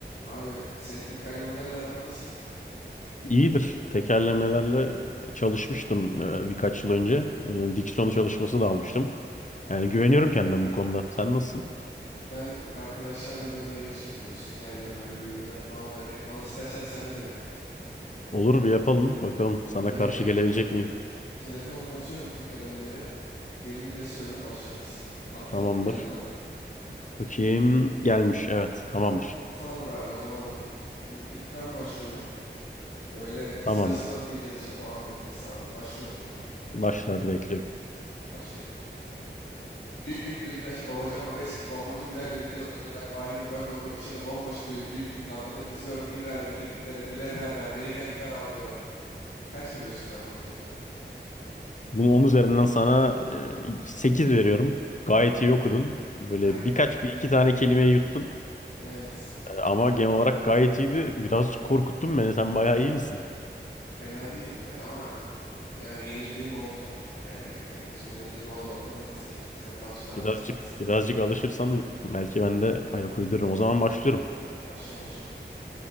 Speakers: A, on the left (about 75°); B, on the left (about 40°).
A: Abi senin tekerlemelerle aran nasıl?
B: İyidir. Tekerlemelerle e, çalışmıştım e, birkaç yıl önce. E, Diksiyon çalışması da almıştım. Yani güveniyorum
A: Evet.
B: kendime bu konuda. Sen nasılsın?
A: Ben arkadaşlarla böyle yarış yapıyoruz. Tekerleme böyle birbirimize puan vererek falan. İstersen seninle de yapalım.
B: Olur bir yapalım. Bakalım sana
A: İyi.
B: karşı
A: eee,
B: gelebilecek miyim?
A: telefonunu atıyorum tekerlemelere. Gelince söyle başlarız. Attım.
B: Tamamdır.
A: Geldi mi?
B: Bakayım. Gelmiş. Evet. Tamamdır.
A: Tamamdır abi. O zaman mm, ilk ben başlıyorum. Böyle sıra
B: Tamamdır.
A: sıra okuyacağız işte puan vereceğiz. Tamamdır. Başlıyorum o zaman.
B: Başla hadi bekliyorum.
A: Başlıyorum. Büyük büyük bir Ültaşı, Babacan, Babeskili, Bomboncu, Bilal'le Bigil'le Bıngıldak, Bahir'in bön bön bakışlarına bomboş büyülü büyük büyük laflarına kızıyordu. Bir ver beni, bir bibere, bire ver ver, beri gel biber al diyordu. Kaç veriyorsun abi onun üzerinden?
B: Bunu 10 üzerinden sana 8 veriyorum. Gayet
A: Efendim?
B: iyi okudun. Böyle
A: Aynen.
B: birkaç bir iki tane kelimeyi yuttun.
A: Evet.
B: E, Ama genel olarak gayet iyiydi. Biraz korkuttun beni. Sen bayağı
A: Ha,
B: iyi misin?
A: fena değilim ya ama e, yani yenildiğim oldu. Yani bir iki arkadaşıma yenildiğim oldu. Bakalım nasıl yapacaksın. Hadi başla abi
B: Birazcık
A: sen de sıra.
B: birazcık alışırsam belki ben de ayak uydururum. O zaman başlıyorum.
A: Başla başla.